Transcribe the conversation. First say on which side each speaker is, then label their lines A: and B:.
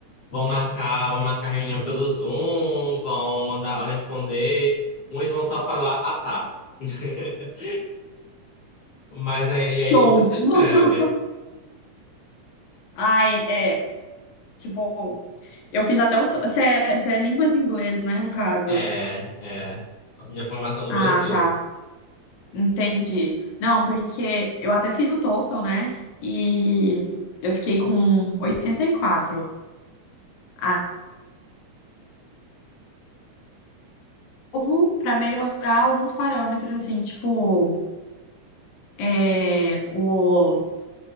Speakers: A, on the left (about 60°); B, on the left (about 75°).
A: vão marcar, vão marcar reunião pelo Zoom, vão mandar responder, uns vão só falar, ah, tá. <laughs> Mas aí,
B: show.
A: e aí você se inscreve.
B: <laughs> Ai, é. Tipo, eu fiz até o. to- Se é, se é línguas em inglês, né, no caso.
A: É, é. a Minha formação no
B: Ah,
A: Brasil.
B: tá. Entendi. Não, porque eu até fiz o TOEFL, né? E eu fiquei com 84. Ah, novo para melhorar alguns parâmetros, assim, tipo, é, o